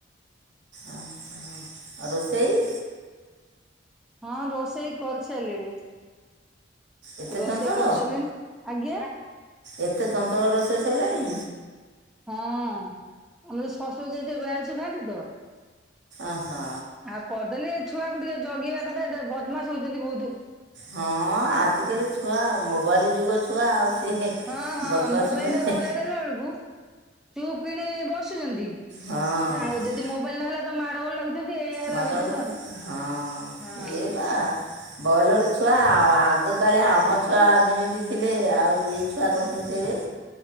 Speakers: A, on the right (about 80°); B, in the centre.
A: ଅହ ଆଉ ରୋଷେଇ?
B: ହଁ ରୋଷେଇ କରିସାଇଲିଣି।
A: ଏତେ
B: ରୋଷେଇ
A: ଚଞ୍ଚଳ
B: କରିସାରିଲିଣି ଆଜ୍ଞା।
A: ଏତେ ଚଞ୍ଚଳ ରୋଷେଇ ସାଇଲାଣି?
B: ହଁ ଆମର ଶଶୁର ଯିଏ ସିଏ ବେୟାଳୁଶୁ ଖାଆନ୍ତି ତ।
A: ଓହୋ।
B: ଆଉ କରିଦେଲି ଏ ଛୁଆଙ୍କୁ ଟିକେ ଜଗିବା କଥା, ଏଟେ ବଦମାସ ହଉଛନ୍ତି ବହୁତ।
A: ହଁ ଆଜିକାଲି ଛୁଆ ମୋବାଇଲ ଯୁଗ ଛୁଆ ଆଉ। ସିଏ
B: ହଁ ହଁ
A: ବଦମାସ
B: ମୋବାଇଲ
A: ମାନେ
B: ଟା ଧରା ଦେଲା ବେଳକୁ ଚୁପ୍ କିଣି ବସୁଚନ୍ତି
A: ହଁ
B: ଆଉ ଯଦି ମୋବାଇଲ ନହେଲା ତ ମାଡ ଗୋଳ ଲାଗୁଚନ୍ତି ଏଇଆ ହେଲା
A: ମାଡ଼ଳ
B: ଘଟଣା
A: ଲାଗେ
B: ଆଉ
A: ହଁ ସିଏ ବା ବଏଲର ଛୁଆ ଆଉ ଆଗକାଳିଆ ଆମ ଛୁଆ ଯେମିତି ଥିଲେ ଆଉ ଇଏ ଛୁଆ କଣ ସେମିତି ହେବେ।